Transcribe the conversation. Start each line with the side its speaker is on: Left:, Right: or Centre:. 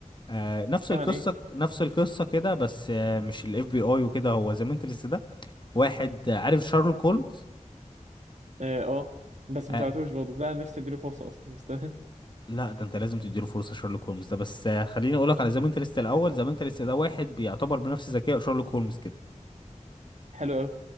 Left: آه نفس
Right: كمان
Left: القصة
Right: ايه
Left: نفس القصة كده بس آه مش الاف بي اي وكده هو ذا مينتالست ده واحد آه عارف شارلوك هولمز
Right: اه آه. بس ما
Left: آه
Right: تابعتوش برضه ده نفسي اديله فرصه اصلا بس تمام
Left: لا ده انت لازم تديله فرصة شارلوك هولمز ده بس آه خليني اقولك على ذا مينتالست الاول ذا مينتالست ده واحد بيعتبر بنفس ذكاء شارلوك هولمز كده
Right: <laughs> حلو قوي